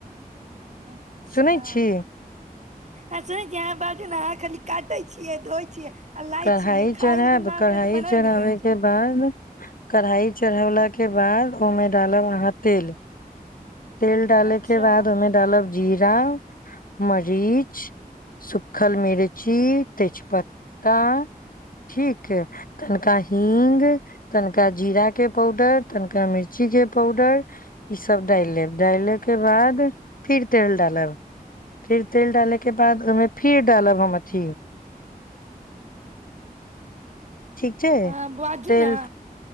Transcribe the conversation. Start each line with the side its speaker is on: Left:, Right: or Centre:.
Right: अच्छा
Left: सुनै छी
Right: आ सुनै छियै अहाँ बात छै ने अहाँ खाली काटै छियै धोए छियै आ लाइ
Left: कढ़ाइ
Right: छियै खायल
Left: चढ़ब
Right: के नाम
Left: कढ़ाइ
Right: मे तऽ बनबे
Left: चढ़ाबे
Right: नहि करै छै
Left: के बाद कढ़ाइ चढ़ौलाके बाद ओहिमे डालब अहाँ तेल तेल डाले
Right: अच्छा
Left: के बाद ओहिमे डाला जीरा मरीच सुखल मिर्ची तेजपत्ता ठीक तनिका ह हींग तन तनिका जीरा के पाउडर तनिका मिर्ची के पाउडर ई सब ओ ठीक छै
Right: हँ बाजू
Left: तेल
Right: ने